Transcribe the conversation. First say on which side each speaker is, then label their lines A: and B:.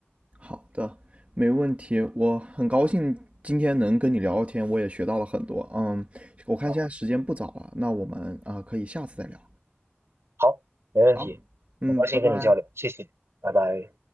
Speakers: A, on the right; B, on the right.
A: 好的，没问题。我很高兴今天能跟你聊聊天，我也学到了很多。嗯，我看现在时间不早了，
B: 啊。
A: 那我们啊，呃可以下次再聊。
B: 好，没问题，
A: 好，嗯，
B: 很高兴跟你交流，
A: 拜拜。
B: 谢谢，拜拜。